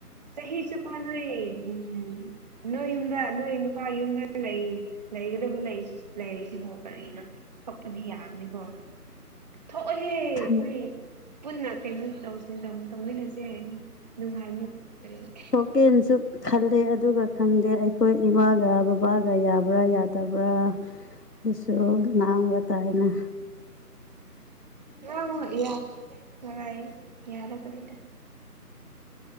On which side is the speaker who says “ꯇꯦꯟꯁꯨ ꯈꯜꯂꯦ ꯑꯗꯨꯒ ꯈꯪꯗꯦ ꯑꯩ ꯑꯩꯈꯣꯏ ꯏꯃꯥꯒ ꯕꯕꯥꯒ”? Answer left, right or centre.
Left